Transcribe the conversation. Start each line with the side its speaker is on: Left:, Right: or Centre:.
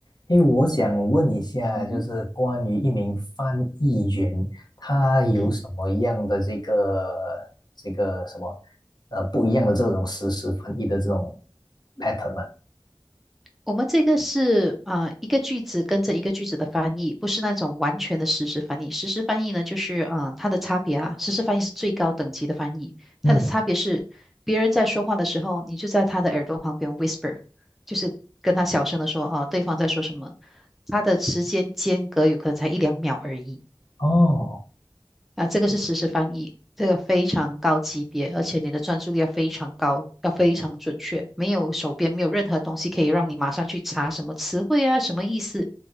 Left: 因为我想问一下，
Centre: 嗯哼，
Left: 就是关于一名翻译员，他有什么样的这个
Centre: 嗯，
Left: 这个什么呃不一样的这种实时翻译的这种 pattern 吗？
Centre: 我们这个是啊、呃一个句子跟着一个句子的翻译，不是那种完全的实时翻译。实时翻译呢，就是啊、呃它的差别啊，实时翻译是最高等级的翻译，
Left: 嗯，
Centre: 它的差别是别人在说话的时候，你就在他的耳朵旁边 whisper，就是跟他小声的说哦、呃对方在说什么，它的时间间隔有可能才一两秒而已。
Left: 哦，
Centre: 啊，这个是实时翻译，这个非常高级别，而且你的专注力要非常高，要非常准确，没有手边没有任何东西可以让你马上去查什么词汇啊，什么意思，